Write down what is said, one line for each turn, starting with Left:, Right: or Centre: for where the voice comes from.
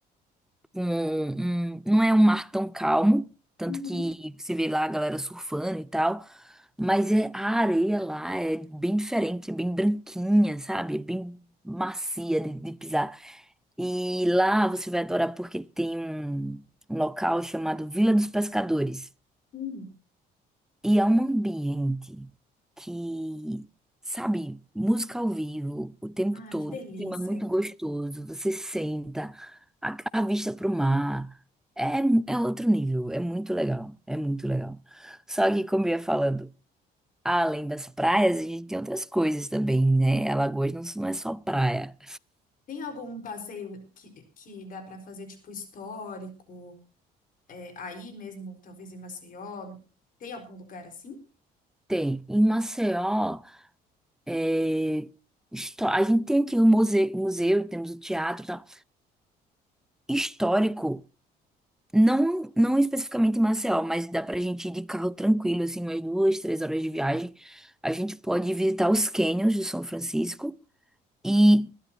Centre: com um, um, não é um mar tão calmo, tanto
Left: uhum,
Centre: que você vê lá a galera surfando e tal, mas é, a areia lá é bem diferente, é bem branquinha, sabe? É Bem macia de, de pisar. E lá você vai adorar porque tem um um local chamado Vila dos Pescadores.
Left: uhum.
Centre: E é um ambiente que, sabe, música ao vivo o tempo
Left: Ah,
Centre: todo,
Left: que delícia.
Centre: um clima muito gostoso, você senta, a, a vista para o mar. É, é outro nível, é muito legal, é muito legal. Só que, como eu ia falando, além das praias, a gente tem outras coisas também, né? Alagoas não, não é só praia.
Left: Tem algum passeio que, que dá para fazer, tipo, histórico, é, aí mesmo, talvez em Maceió? Tem algum lugar assim?
Centre: Tem, em Maceió, é, histó- a gente tem aqui o museu, museu, temos o teatro e tal. Histórico. Não, não especificamente em Maceió, mas dá pra gente ir de carro tranquilo, assim, umas duas, três horas de viagem. A gente pode visitar os cânions de São Francisco e